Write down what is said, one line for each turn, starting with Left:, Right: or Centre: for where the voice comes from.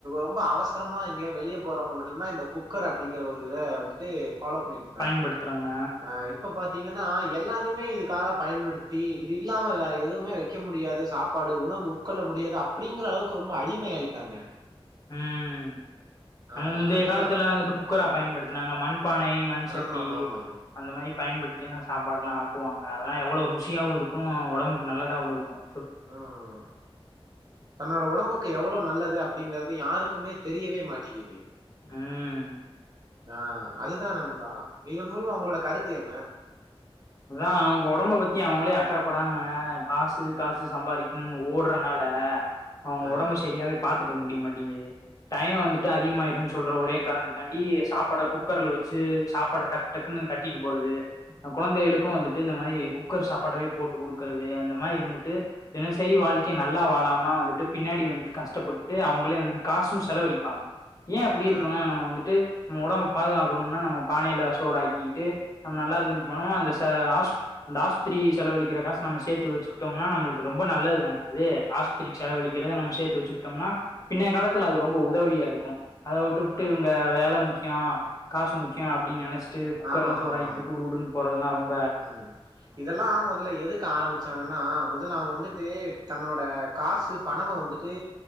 Right: ரொம்ப அவசரமா எங்கேயா வெளிய போறவங்க மட்டும்தான் இந்த குக்கர் அப்படிங்கிற ஒரு இதை வந்துட்டு ஃபாலோ பண்ணிட்டு இருந்தாங்க
Left: பயன்படுத்துறாங்க
Right: ஆஹ் இப்ப பாத் பாத்தீங்கன்னா எல்லாருமே இதுக்காக பயன்படுத்தி இது இல்லாம வேற எதுவுமே வைக்க முடியாது சாப்பாடு உணவு உட்கொள்ள முடியாது அப்படிங்கிற அளவுக்கு ரொம்ப அடிமை ஆயிட்டாங்க
Left: ஹம் நம்ம
Right: ஆ
Left: முந்தைய
Right: அதுதான்
Left: காலத்துல வந்துட்டு குக்கரா பயன்படுத்தினாங்க மண்பானை மண் சட்டி
Right: ஆமா ஆமா ஆமா
Left: அந்த மாதிரி பயன்படுத்திதான் சாப்பாடுல்லாம் ஆக்குவாங்க அதெல்லாம் எவ்வளோ ருசியாகவும் இருக்கும் உடம்புக்கு நல்லதாகவும் இருக்கும்
Right: ம் தன்னோட ஒடம்புக் கு எவ்ளோ நல்லது அப்டிங்கிறது யாருக்குமே தெரியவே மாட்டிக்கிது
Left: ம்
Right: ஆ அதுதா நண்பா இதன் மூலொ உங்களோட கருத்து என்ன?
Left: அதா அவுங்க ஒடம்ப பத்தி அவுங்களே அக்கறப்படாம காசு காசு சம்பாரிக்கனுன் ஓட்றனால அவுங்க
Right: ஆ
Left: ஒடம்ப சரியாவே பாத் துக்க முடியமாட்டிங்கிது டைய வந்துட்டு அதிகமாயிருன் சொல்ற ஒரே காரணத்துக்கான்டி சாப்பாட குக்கர்ல வச்சு சாப்பாட டக்கு டக்குன்னு கட்டிட்டு போறது அ குழந்தைகளுக்கு வந்துட்டு இந்த மாரி குக்கர் சாப்பாடவே போட்டு குடுக்குறது அந்த மாரி வந்துட்டு தினசரி வாழ்க்கைய நல்லா வாழாம வந்துட்டு பின்னாடி வந்துட்டு கஷ்டப்பட்டுட்டு அவுங்களே வந்துட்டு காசு செலவழிப்பாங்க ஏ இப்புடி இருக்கனு
Right: ஆ
Left: நம்ம வந்துட்டு நம்ம ஒடம்ப பாதுகாக்கனுன்னா நம்ம பானைல சோறு ஆக்கிட்டு நம்ம நல்லா இருந்துட்டு போனா அந்த ச ஆஸ் அந்த ஆஸ்ப்த்திரி செலழிக்கிற காசு நம்ம சேத்து வச்சுக்கிட்டோம்னா நம்மளுக்கு ரொம்ப நல்லது தான அது ஆஸ்பத்திரிக்கு செலவழிக்கிறத நம்ம சேத்து வச்சுக்கிட்டோம்னா பின்னைய காலத்துல அது ரொம்ப உதவியா இருக்கு அத வுட்டுப்ட்டு
Right: ஆ
Left: இவுங்க வேல முக்யோ ஆ காசு முக்யோ அப்டின் நெனச்சுட்டு குக்கர்ல
Right: ஆமா ஆமா
Left: சோறாக்கிட்டு
Right: ஆமா
Left: குடு குடுன் போறதுலா ரொம்
Right: ம் இதெல்லா மொதல்ல எதுக்கு ஆரம்பிச்சாங்கன்னா முதல்ல அவுங்க வந்துட்டு தன்னோட காசு பணம வந்துட்டு